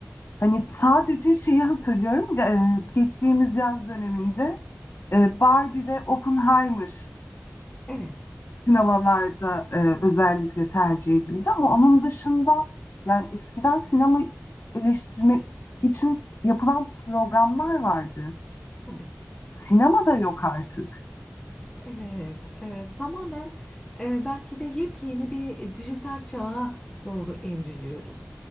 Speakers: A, on the left; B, on the left.
A: hani sadece şeyi hatırlıyorum. e, geçtiğimiz yaz döneminde E, Barbie ve Oppenheimer
B: evet,
A: sinemalarda e, özellikle tercih edildi ama onun dışında yani eskiden sinema eleştirmek için yapılan programlar vardı.
B: tabii.
A: Sinema da yok artık.
B: Evet, e, tamamen e, belki de yepyeni bir dijital çağa doğru evriliyoruz.